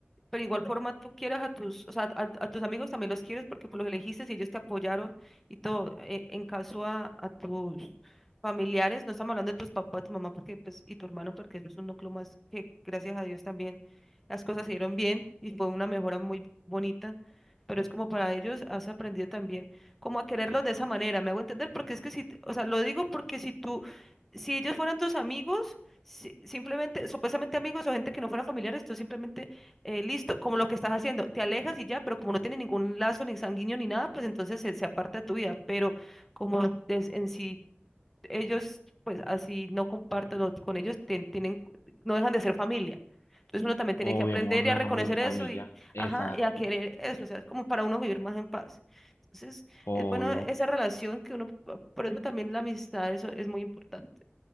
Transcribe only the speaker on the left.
Obvio,
amor, no
dejamos de ser familia.
Exacto,
obvio,